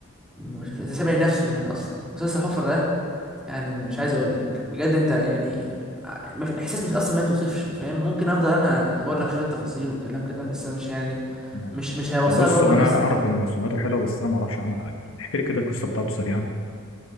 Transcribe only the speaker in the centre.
مش مش سابع نفسه يعني اصلا مسلسل الحفره ده يعني مش عايز اقول لك بجد انت يعني ما في- احساس مش اصلا ما توصفش فاهم ممكن افضل انا اقول لك شويه تفاصيل وكلام كده بس أنا مش يعني
مش مش هيوصلك
برضه
لنفس
النقطه